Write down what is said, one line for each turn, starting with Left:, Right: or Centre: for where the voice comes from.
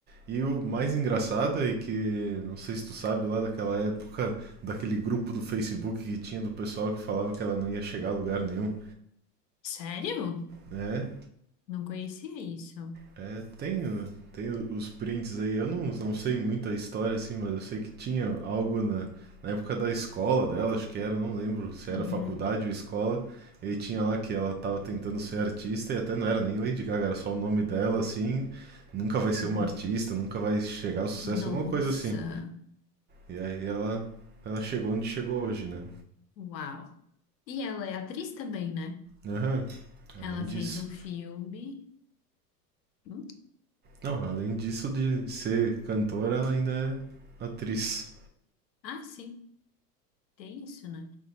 Right: E o mais engraçado é que, não sei se tu sabe, lá daquela época, daquele grupo do Facebook que tinha do pessoal que falava que ela não ia chegar a lugar nenhum,
Left: Sério?
Right: né?
Left: Não conhecia isso.
Right: É, tem, o- tem os prints aí. Eu não, não sei muito a história, assim, mas eu sei que tinha algo na, na época da escola dela, acho que era, não lembro se
Left: Uhum,
Right: era faculdade ou escola. E aí tinha lá que ela tava tentando ser artista e até não era nem Lady Gaga, era só o nome dela, assim. Nunca vai ser
Left: uhum.
Right: uma artista, nunca vai chegar ao sucesso,
Left: Nossa,
Right: alguma coisa assim. E aí ela, ela chegou onde chegou hoje, né?
Left: uau. E ela é atriz também, né?
Right: Aham,
Left: Ela
Right: além disso.
Left: fez um filme. Hum?
Right: Não, além disso de, de ser cantora, ela ainda é atriz.
Left: Ah, sim, tem isso, né?